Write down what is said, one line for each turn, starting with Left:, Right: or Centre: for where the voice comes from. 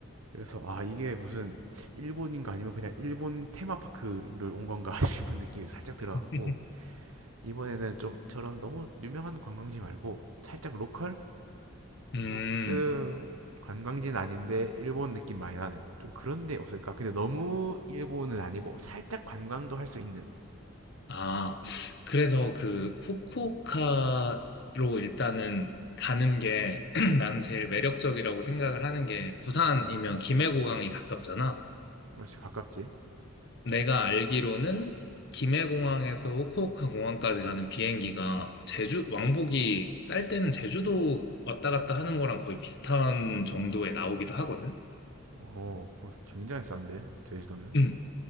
Right: 그래서 아 이게 무슨 일본인가 아니면 그냥 일본 테마파크를 온 건가 <laughs> 싶은 느낌이 살짝 들어가고
Left: <laughs>
Right: 이번에는 좀 저런 너무 유명한 관광지 말고 살짝 로컬
Left: 음,
Right: 조금 관광지는 아닌데 일본 느낌 많이 나는 좀 그런 데 없을까? 근데 너무 일본은 아니고 살짝 관광도 할 수 있는
Left: 아, 그래서 그 후쿠오카로 일단은 가는 게 <clears throat> 나는 제일 매력적이라고 생각을 하는 게 부산이면
Right: 어,
Left: 김해고강이 가깝잖아.
Right: 역시 가깝지?
Left: 내가 알기로는 김해공항에서 후쿠오카 공항까지 가는 비행기가 제주, 왕복이 쌀 때는 제주도 왔다 갔다 하는 거랑 거의 비슷한 정도에 나오기도 하거든?
Right: 어 그거 굉장히 싼데 제주도면
Left: 음.